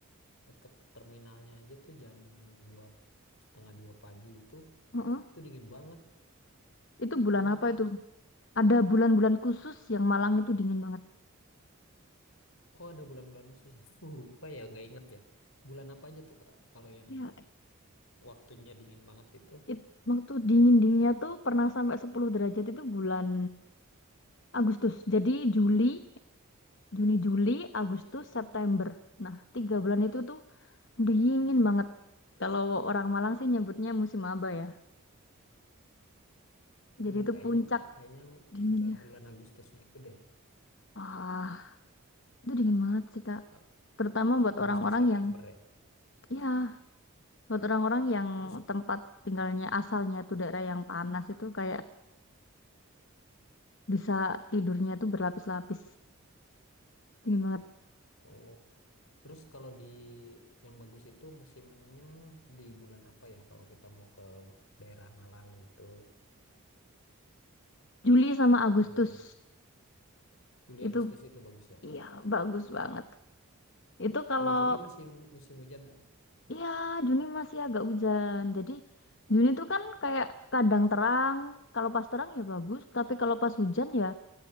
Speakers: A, on the left; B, on the left.
A: deket terminalnya aja tuh jam dua setengah dua pagi itu
B: mm
A: Itu dingin banget.
B: Itu bulan
A: Iya.
B: apa itu? Ada bulan-bulan khusus yang Malang itu dingin banget.
A: Oh, ada bulan-bulan khusus. <laughs> Aku Lupa ya, nggak inget ya. Bulan apa aja tuh, Kak? Kalau yang
B: Ya,
A: waktunya dingin banget itu.
B: it- waktu dingin-dinginnya tuh pernah sampai 10 derajat itu bulan Agustus. Jadi Juli, Juni, Juli, Agustus, September. Nah, tiga bulan itu tuh dingin banget. Kalau orang Malang sih nyebutnya musim aba ya. Jadi
A: Oh,
B: itu
A: kayaknya
B: puncak
A: kayaknya
B: dinginnya.
A: bulan-bulan Agustus gitu deh.
B: Wah, itu dingin banget sih, Kak.
A: A-
B: Terutama buat
A: Agustus
B: orang-orang
A: September
B: yang
A: ya.
B: ya Buat orang-orang yang
A: Terus
B: tempat tinggalnya asalnya tuh daerah yang panas itu kayak bisa tidurnya tuh berlapis-lapis. Dingin banget.
A: oh, terus kalau di yang bagus itu musimnya di bulan apa ya? Kalau kita mau ke daerah Malang gitu.
B: Juli sama
A: Eh,
B: Agustus
A: Juli
B: itu
A: Agustus itu bagus ya.
B: iya bagus banget. Itu kalau
A: Kalau Juni masih mu- musim hujan nggak?
B: ya Juni masih agak hujan. Jadi Juni tuh kan kayak kadang terang. Kalau pas terang ya bagus, tapi kalau pas hujan ya